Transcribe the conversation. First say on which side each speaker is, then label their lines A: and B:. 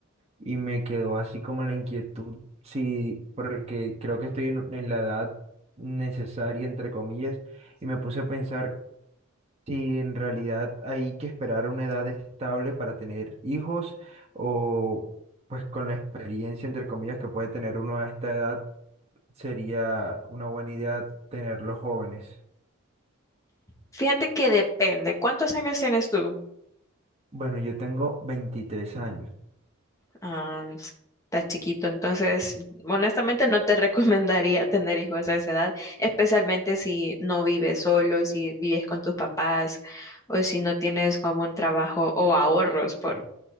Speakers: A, on the right; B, on the left.
A: y me quedó así como la inquietud, sí, porque creo que estoy en, en la edad necesaria, entre comillas, y me puse a pensar si en realidad hay que esperar una edad estable para tener hijos o pues con la experiencia, entre comillas, que puede tener uno a esta edad. sería una buena idea tenerlos jóvenes.
B: Fíjate que depende. ¿Cuántos años tienes tú?
A: Bueno, yo tengo 23 años.
B: Ah, está chiquito, entonces honestamente no te <laughs> recomendaría tener hijos a esa edad, especialmente si no vives solo, si vives con tus papás o si no tienes como un trabajo o ahorros, por,